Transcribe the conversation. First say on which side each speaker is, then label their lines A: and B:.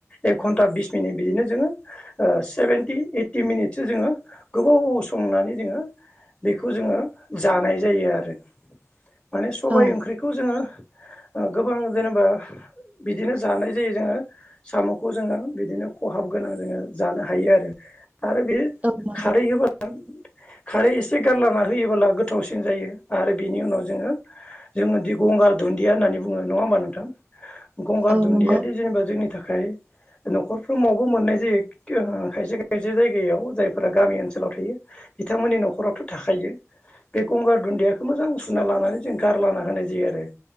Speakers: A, on the left; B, on the right.
A: एक घन्टा बिस मिनिट बिदिनो जोङो ओ सेभेेनटि ओइटि मिनिटसो जोङो गोबाव संनानै जोङो बेखौ जोङो जानाय जायो आरो माने सबाय
B: औ
A: ओंख्रिखौ जोङो ओ गोबां जेनेबा बिदिनो जानाय जायो जोङो साम'खौ जोङो बिदिनो खहाब गोनां जोङो जानो हायो आरो आरो बे
B: औ नंगौ
A: खारै होबा खारै एसे गारलाना होयो बोला गोथावसिन जायो आरो बिनि उनाव जोङो जोंङोदि गंगार दुन्दिया होननानै बुङो नङा होमबा नोंथां गंगार
B: औ
A: दुन्दियादि
B: नंगौ
A: जेनेबा जोंनि थाखाय नखरफ्रोमावबो मोननाय जायो ओ खायसे खायसे खायसे जायगायाव जायफोरा गामि ओनसोलाव थायो बिथांमोननि नखरावथ' थाखायो बे गंगार दुन्दियाखौ मोजां सुना लानानै जों गारलांना होनाय जायो आरो